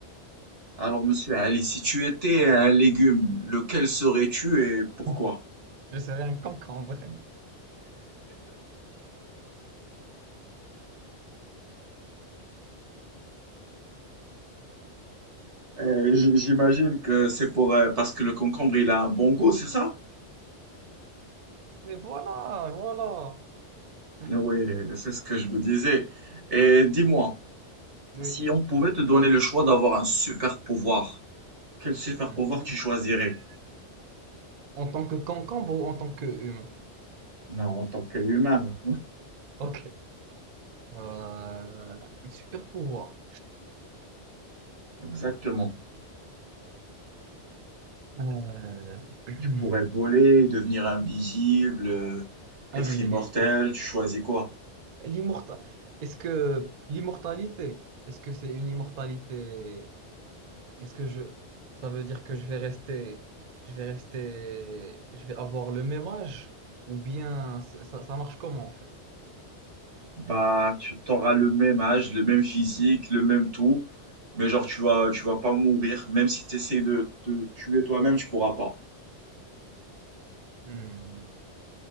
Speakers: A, on the right (about 85°); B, on the right (about 50°).
A: Alors, Monsieur Ali, si tu étais un légume, lequel serais-tu et pourquoi?
B: <laughs> Je serais un cancre en vrai.
A: Euh, j- j'imagine que c'est pour, euh, parce que le concombre, il a un bon goût, c'est ça?
B: Mais voilà, voilà. <laughs>
A: Oui, c'est ce que je me disais. Et dis-moi.
B: Oui.
A: Si on pouvait te donner le choix d'avoir un super pouvoir, quel super
B: Mhm.
A: pouvoir tu choisirais?
B: En tant que concombre ou en tant que humain?
A: Non, en tant qu'humain,
B: Ok. Euh, un super pouvoir.
A: Exactement.
B: Euh, <clears throat>
A: tu pourrais voler, Devenir invisible, euh, être
B: Invisibilité.
A: immortel, tu choisis quoi?
B: L'immortalité. Est-ce que l'immortalité, est-ce que c'est une immortalité Est-ce que je... Ça veut dire que je vais rester... Je vais rester... Je vais avoir le même âge ou bien ça, ça- ça marche comment en fait?
A: bah, tu auras le même âge, le même physique, le même tout, mais genre tu vas, tu vas pas mourir, même si tu essaies de te tuer toi-même, tu pourras pas.
B: Hmm.